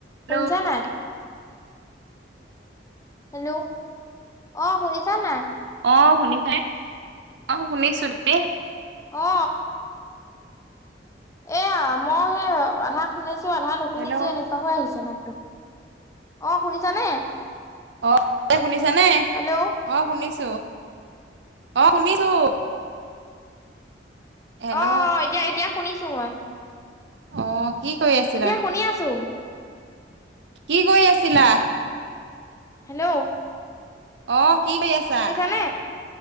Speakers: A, on the left; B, on the right.
A: শুনিছা
B: Hello
A: নাই? Hello. অ শুনিছা নাই?
B: অ শুনিছানে? অ শুনিছো, তুমি?
A: অ। এয়া মই সেই আধা শুনিছো আধা নুশুনিছো
B: হেল্ল'
A: এনেকুৱা হৈ আহিছে মাতটো। অ' শুনিছানে?
B: অ এ শুনিছানে?
A: হেল্ল'
B: অ শুনিছো অ শুনিছো। হেল্ল'
A: অ এতিয়া এতিয়া শুনিছো মই।
B: অ কি কৰি আছিলা?
A: এতিয়া শুনি আছো।
B: কি কৰি আছিলা?
A: হেল্ল'?
B: অ' কি কৰি আছা?
A: শুনিছানে?